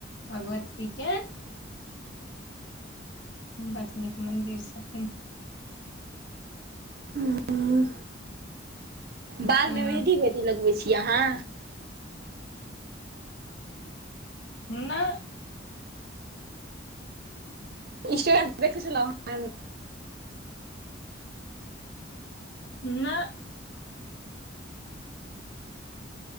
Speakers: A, on the left; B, on the right.
A: भगवती के बड नीक मन्दिर छथिन
B: हं
A: तहन
B: बालमे मेहदी वेहदी लगबै छी अहाँ
A: नहि
B: इंस्टाग्राम पर देखै छलू हन
A: नहि